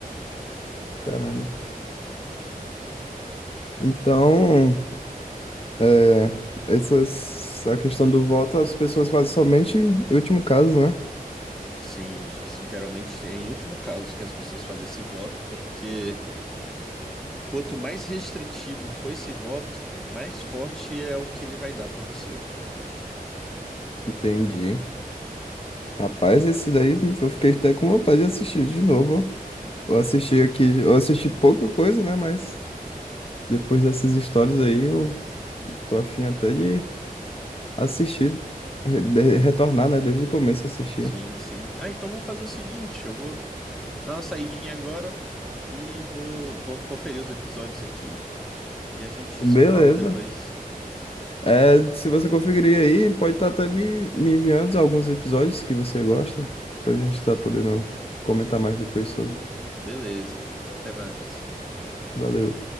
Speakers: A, on the left; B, in the centre.
A: Caramba. Então, é, essas, a questão do voto as pessoas fazem somente em último caso, né?
B: Sim, geralmente é em último caso que as pessoas fazem esse voto, porque quanto mais restritivo for esse voto, mais forte é o que ele vai dar pra você.
A: Entendi. Rapaz, esse daí eu fiquei até com vontade de assistir de novo, ó. Eu assisti aqui, eu assisti pouca coisa, né? Mas depois dessas histórias aí, eu tô afim até de assistir, re- de- retornar, né? Desde o começo assistir.
B: Sim, sim. Ah, então vamos fazer o seguinte, eu vou dar uma saidinha agora e vou, vou conferir os episódios aqui e a gente
A: Beleza.
B: se fala depois.
A: É, se você conferir aí, pode estar até me, me enviando alguns episódios que você gosta, pra gente estar podendo comentar mais depois sobre.
B: Beleza, amigo. Até mais.
A: Valeu.